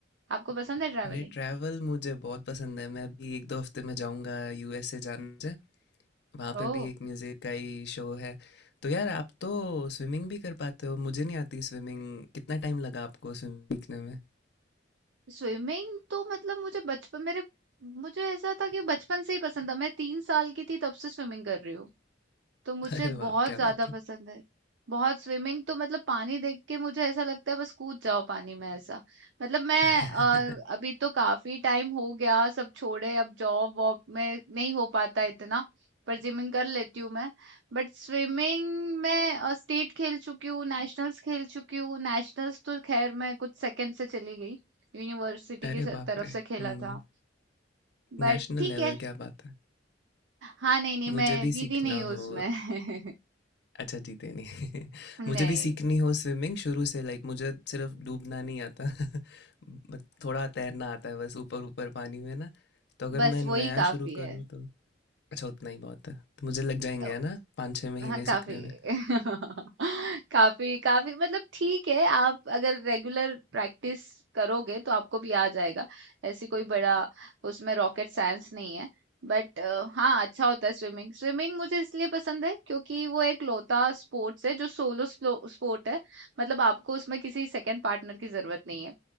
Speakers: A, on the right; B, on the left.
A: आपको पसंद है ट्रैवलिंग
B: अरे ट्रैवल मुझे बहुत पसंद है मैं अभी एक दो हफ्ते में जाऊंगा यूएसए जाने से वहाँ पे
A: ओ
B: भी एक म्यूजिक का ही शो है तो यार आप तो स्विमिंग भी कर पाते हो मुझे नहीं आती स्विमिंग कितना टाइम लगा आपको स्विमिंग सीखने में?
A: स्विमिंग तो मतलब मुझे बचपन मेरे मुझे ऐसा था कि बचपन से ही पसंद था। मैं 3 साल की थी तब से स्विमिंग कर रही हूँ। तो मुझे
B: अरे वाह!
A: बहुत
B: क्या
A: ज्यादा
B: बात
A: पसंद
B: है।
A: है बहुत स्विमिंग तो मतलब पानी देख के मुझे ऐसा लगता है बस कूद जाओ पानी में ऐसा मतलब मैं
B: <laughs>
A: अ, अभी तो काफी टाइम हो गया सब छोड़े अब जॉब वॉब में नहीं हो पाता इतना पर जिमिंग कर लेती हूँ मैं बट स्विमिंग में स्टेट खेल चुकी हूँ नेशनल्स खेल चुकी हूँ नेशनल्स तो खैर मैं कुछ सेकंड से चली गई यूनिवर्सिटी
B: अरे
A: की स-
B: बाप
A: तरफ
B: रे!
A: से खेला
B: हुँ,
A: था बट
B: नेशनल
A: ठीक
B: लेवल
A: है
B: क्या बात है।
A: हाँ नहीं नहीं
B: मुझे
A: मैं
B: भी
A: जीती
B: सीखना
A: नहीं हूँ उसमें
B: हो
A: <laughs>
B: अच्छा जीते नहीं <laughs>
A: नहीं
B: मुझे भी सीखनी हो स्विमिंग शुरू से लाइक मुझे सिर्फ डूबना नहीं आता <laughs> बट थोड़ा तैरना आता है बस ऊपर-ऊपर पानी में ना, तो अगर
A: बस
B: मैं नया
A: वही काफी
B: शुरू
A: है
B: करूँ तो अच्छा उतना ही बहुत है। तो मुझे लग जाएँगे
A: अ,
B: है ना 5-6 महीने
A: हाँ
B: सीखने
A: काफी
B: में।
A: <laughs> काफी काफी मतलब ठीक है आप अगर रेगुलर प्रैक्टिस करोगे तो आपको भी आ जाएगा ऐसी कोई बड़ा उसमें रॉकेट साइंस नहीं है बट हाँ अच्छा होता है स्विमिंग स्विमिंग मुझे इसलिए पसंद है क्योंकि वो एक लौता स्पोर्ट्स है जो सोलो स्पोर्ट है मतलब आपको उसमें किसी सेकंड पार्टनर की जरूरत नहीं है